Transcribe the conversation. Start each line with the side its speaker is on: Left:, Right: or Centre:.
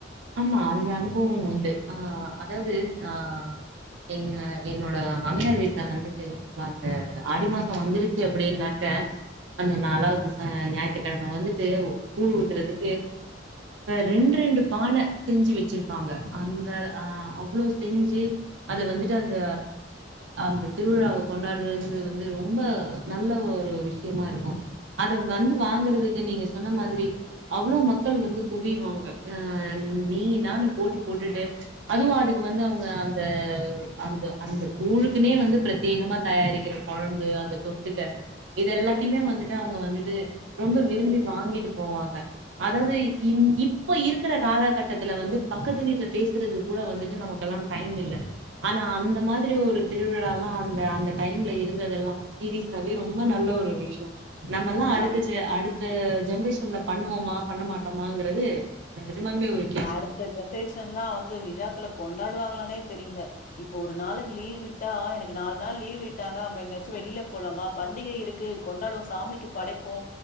Right: ஆமா அந்த அனுபவம் உண்டு ஆ அதாவது ஆ எங்க என்னோட மாமியார் வீட்டுல வந்துட்டு அந்த ஆடி மாசோ வந்துருச்சு அப்டின்ன த அந்த நாலாவுது ச ஞாயித்துக்கிழம வந்துட்டு கூழ் ஊத்துரதுக்கு ரெண் ரெண்டு பான்ன செஞ்சு வெச்சிருப்பாங்க அந்த அ அவ்ளோ செஞ்சு அது வந்துட்டு அந்த அந்த திருவிழாவ கொண்டாடுறது வந்து ரொம்ப நல்ல ஒரு விஷ்யமா இருக்கு அத வந்து வாங்கறதுக்கு நீங்க சொன்ன மாதிரி அவ்ளோ மக்கள் வந்து குவியுவாங்க அ நீ நானு போட்டி போட்டுட்டு அதுவா அதுக்கு வந்து அவங்க அந்த அந்த அந்த கூழுக்குனே வந்து பிரச் வேகமா தயாரிக்கிர கெழம்பு அந்த தொட்டுக்க இது எல்லாத்தையுமே வந்துட்டு அவங்க வந்துட்டு ரொம்ப விரும்பி வாங்கிட்டு போவாங்க அதாவது இன் இப் இப்ப இருக்கிற காலகட்டத்துல வந்து பக்கத்து வீட்டு பேசுறது கூட வந்துட்டு நமக்கு எல்லா டைம் இல்ல ஆனா அந்த மாதிரி ஒரு திருவிழால்லா அந்த அந்த டைம்ல இருந்ததெல்லா சீரியஸாவே ரொம்ப நல்ல ஒரு விஷ்யோ நம்மல்லா அடுத்த
Left: ஆ
Right: ஜ அடுத்த ஜென்ரேஷன்ல பண்ணுவோமா பண்ண மாட்டோமாங்கறது நெஜமால்மே ஒரு
Left: அடுத்த ஜென்ரேஷன் எல்லா வந்து விழாக்கல கொண்டாடுவாங்களானே தெரியில்ல இப்ப ஒரு நாளை லீவ் விட்டா எனக்கு நால் நாள் லீவ் விட்டாங்க நம்ப எங்காச்சு வெளியில போலாமா பண்டிகை இருக் கு கொண்டாடுவோ சாமிக்கு படைப்போ